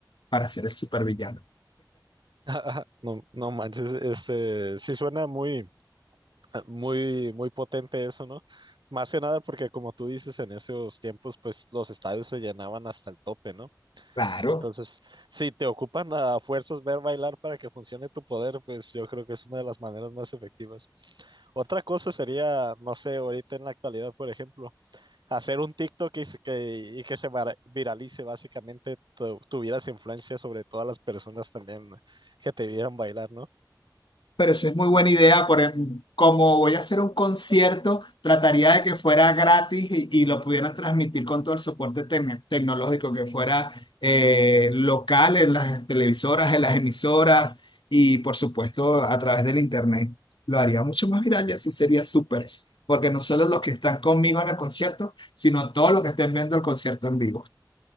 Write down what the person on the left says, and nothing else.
para ser el supervillano.
Claro.
Pero eso es muy buena idea, por ejemplo, como voy a hacer un concierto, trataría de que fuera gratis y, y lo pudieran transmitir con todo el soporte tec- tecnológico, que fuera eh, local en las televisoras, en las emisoras y por supuesto a través del internet. Lo haría mucho más viral y así sería súper, porque no solo los que están conmigo en el concierto, sino todos los que estén viendo el concierto en vivo.